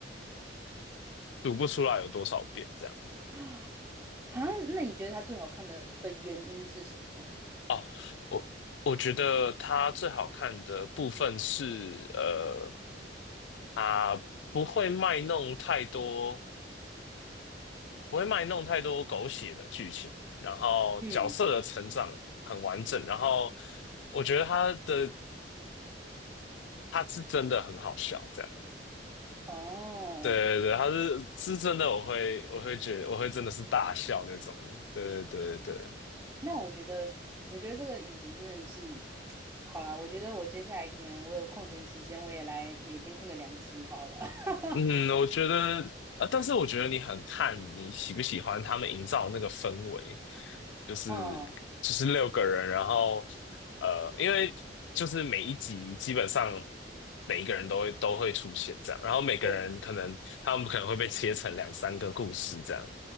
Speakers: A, on the left (about 75°); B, on the right (about 15°).
A: 读不出来有多少遍这样。
B: 啊，那你觉得它最好看的的原因是什么？
A: 哦，我我觉得它最好看的部分是，呃，它不会卖弄太多，不会卖弄太多狗血的剧情，然后角色的成长很完整，
B: 嗯，
A: 然后我觉得它的它是真的很好笑，这样，
B: 哦，
A: 对对对，它是是真的，我会我会觉得我会真的是大笑那种，对对对对。
B: 那我觉得，我觉得这个影集真的是，<tsk> 好啦，我觉得我接下来可能我有空闲时间，我也来每天看个两集好了。<laughs>
A: 嗯，我觉得，啊，但是我觉得你很看你喜不喜欢他们营造那个氛围，就是就是六个人，
B: 嗯，
A: 然后呃，因为就是每一集基本上每一个人都会都会出现这样，然后每个人可能他们可能会被切成两三个故事这样，
B: 对，